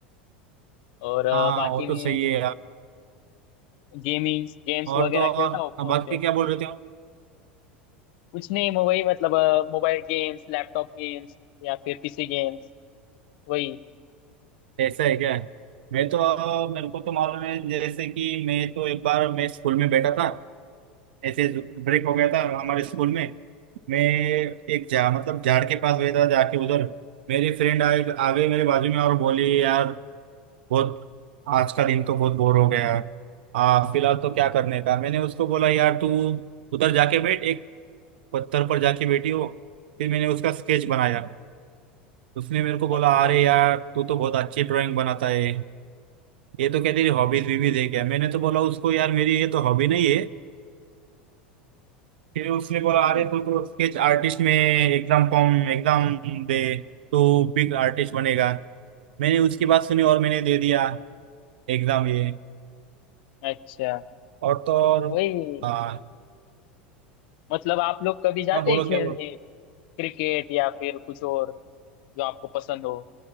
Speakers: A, on the left; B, on the right.
A: और अ,
B: हाँ
A: बाकी
B: वो
A: मैं
B: तो सही है यार
A: गेमिंग गेम्स
B: और
A: वगैरह
B: तो और
A: खेलता हूँ फोन
B: बाकी
A: पे
B: क्या बोल रहे थे आप?
A: कुछ नहीं मैं वही मतलब मोबाइल गेम्स लैपटॉप गेम्स या फिर पीसी गेम्स वही
B: ऐसा है क्या मैं तो मेरे को तो मालूम है जैसे कि मैं तो एक बार मैं स्कूल में बैठा था ऐसे ब्रेक हो गया था हमारे स्कूल में मैं एक जा मतलब झाड़ के पास बैठा जाके उधर मेरी फ्रेंड आ, आ गई मेरे बाजू में और बोली यार बहुत आज का दिन तो बहुत बोर हो गया आ, फिलहाल तो क्या करने का मैंने उसको बोला यार तू उधर जाके बैठ एक पत्थर पर जाके बैठी हो फिर मैंने उसका स्केच बनाया उसने मेरे को बोला
A: अच्छा
B: अरे यार तू तो बहुत अच्छी ड्राइंग बनाता है ये तो क्या तेरी हॉबीज भी भी देख क्या मैंने तो बोला उसको यार मेरी ये तो हॉबी नहीं है फिर उसने बोला
A: हम्म,
B: अरे तू तो स्केच आर्टिस्ट में एग्जाम फॉर्म एग्जाम दे तो बिग आर्टिस्ट बनेगा मैंने उसकी बात सुनी और मैंने दे दिया एग्जाम ये
A: अच्छा
B: और तो और
A: वही
B: हाँ
A: मतलब आप लोग कभी जाते
B: हाँ बोलो
A: हैं खेलने
B: क्या बोलो
A: क्रिकेट या फिर कुछ और जो आपको पसंद हो